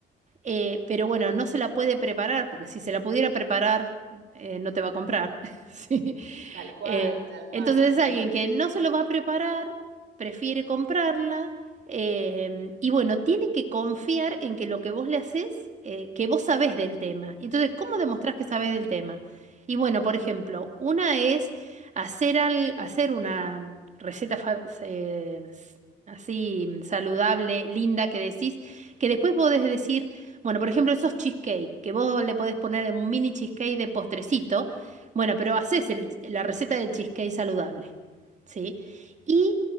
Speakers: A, on the right; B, on the right.
A: eh, pero bueno, no se la puede preparar, porque si se la pudiera preparar, eh, no te va a comprar. <laughs> ¿sí?
B: Tal cual,
A: Eh,
B: tal cual,
A: entonces,
B: sí.
A: alguien que no se lo va a preparar, prefiere comprarla. eh, y bueno, tiene que confiar en que lo que vos le haces, eh, que vos sabés del tema. y Entonces, ¿cómo demostrás que sabés del tema? Y bueno, por ejemplo, una es hacer, al, hacer una receta fa- eh, s- así saludable, linda, que decís, que después podés decir. Bueno, por ejemplo, esos cheesecake, que vos le podés poner un mini cheesecake de postrecito. Bueno, pero haces el- la receta del cheesecake saludable, ¿sí? Y